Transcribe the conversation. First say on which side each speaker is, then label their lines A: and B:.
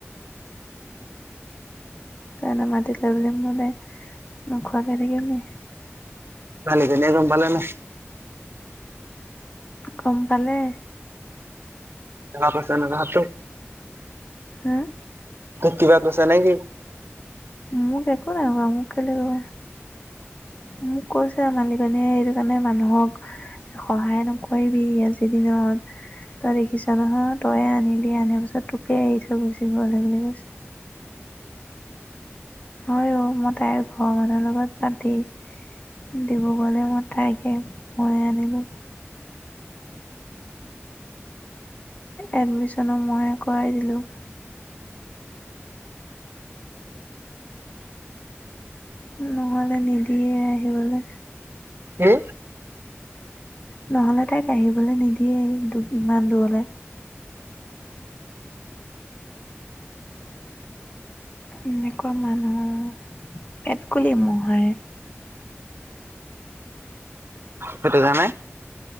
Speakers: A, on the left (about 35°); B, on the right (about 55°).
A: তাই নামাতিলে বুলি ময় এতিয়া নোখোৱাকে থাকিম নি।
B: ছোৱালীজনীয়ে গম পালে নাই?
A: গম পালে।
B: <unintelligible>
A: হুম?
B: তোক কিবা কৈছে নে কি?
A: মোক একো নাই কোৱা মোক কেলে ক'ব। মোক কৈছে আও মালিকনীয়ে এইটো কাৰণে মানুহক- সহায় নকৰিবি আজিৰ দিনত। তই দেখিছ নহয় তয়ে আনিলি আনা পিছত তোকে এৰি থৈ গুচি গ'ল সেই বুলি কৈছে। হয় অও, মই তাইৰ ঘৰৰ মানুহৰ লগত পাতি- ডিব্ৰুগড়লে ময় তাইকে ময়ে আনিলো। এডমিশনো মইয়ে কৰাই দিলোঁ। নহ'লে নিদিয়ে আহিবলে।
B: কি?
A: নহ'লে তাইক আহিবলে নিদিয়েই ইমান দূৰলে। এনেকুৱা মানুহ পেটকুলি মোহয়।
B: সেইটো কাৰণে।